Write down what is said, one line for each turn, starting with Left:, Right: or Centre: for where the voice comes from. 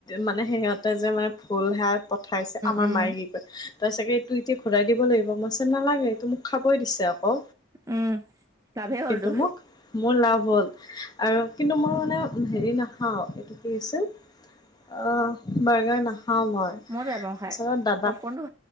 Left: মানে সিহঁতে যে মানে ভুল হে পঠাইছে আমাৰ
Right: উম
Left: মাৰে কি কয় তই চাগে এইটো এতিয়া ঘূৰাই দিব লাগিব মইছে নালাগে এইটো মোক খাবই দিছে আকৌ।
Right: উম লাভেই হ'লতো
Left: কিন্তু মোক মোৰ লাভ হ'ল। আৰু কিন্তু মই মানে হেৰি নাখাওঁ এইটো কি হৈছে অ, বাৰ্গাৰ নাখাও মই।
Right: মইও বেয়া পাওঁ খায়।
Left: তাৰপিছত দাদাক
Right: পপকনটো